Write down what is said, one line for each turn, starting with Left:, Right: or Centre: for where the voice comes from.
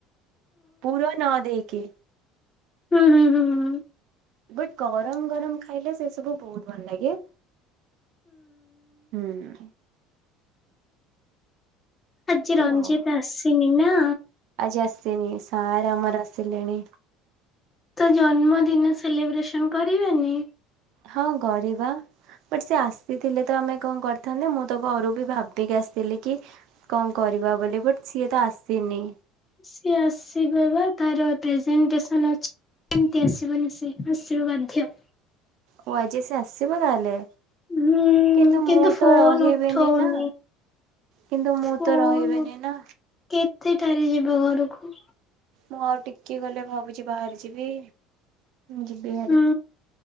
Right: ପୁର ନ ଦେଇକି।
Left: ହୁଁ-ହୁଁ-ହୁଁ।
Right: ବଟ୍ ଗରମ୍ ଗରମ୍ ଖାଇଲେ ସେ ସବୁ ବହୁତ ଭଲ ଲାଗେ। ହୁଁ।
Left: ଆଜି ରଞ୍ଜିତା
Right: ଆଉ।
Left: ଆସିନି ନା।
Right: ଆଜି ଆସିନି ସାର ଆମର ଆସିଲେଣି।
Left: ତ ଜନ୍ମଦିନ ସେଲିବ୍ରେସନ କରିବେନି?
Right: ହଁ କରିବା। ବଟ ସେ ଆସିଥିଲେ ତ ଆମେ କଣ କରିଥାନ୍ତେ ମୁଁ ତ ଘରୁ ବି ଭାବିକି ଆସିଥିଲି କି କଣ କରିବା ବୋଲି ବଟ୍ ସିଏ ତ ଆସିନି।
Left: ସିଏ ଆସିବ ବା ତାର ପ୍ରେଜେଣ୍ଟେସନ ଅଛି। କେମିତି ଆସିବନି ସେ ଆସିବ ବାଧ୍ୟ।
Right: ଓ ଆଜି ସେ ଆସିବ ତାହେଲେ।
Left: ହୁଁ
Right: କିନ୍ତୁ ମୁଁ
Left: ଫୋନ
Right: ତ ରହିବିନି
Left: ଉଠଉନି।
Right: ନା। କିନ୍ତୁ ମୁଁ
Left: ଫୋନ
Right: ତ ରହିବିନି ନା।
Left: କେତେଟାରେ ଯିବେ ଘରକୁ?
Right: ମୁଁ ଆଉ ଟିକେ ଗଲେ ଭାବୁଛି ବାହାରି ଯିବି। ଯିବି
Left: ହୁଁ
Right: ହାରି।